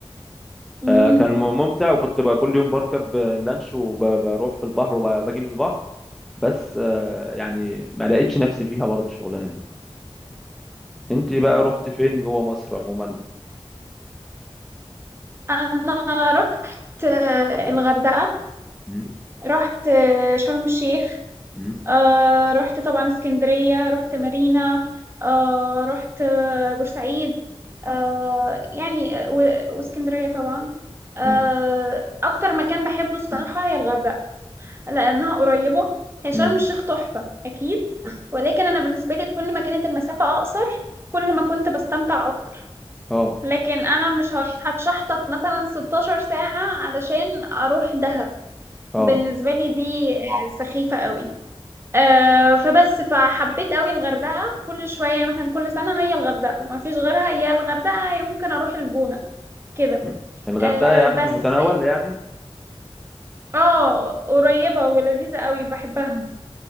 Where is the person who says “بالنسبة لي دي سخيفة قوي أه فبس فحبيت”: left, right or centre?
Right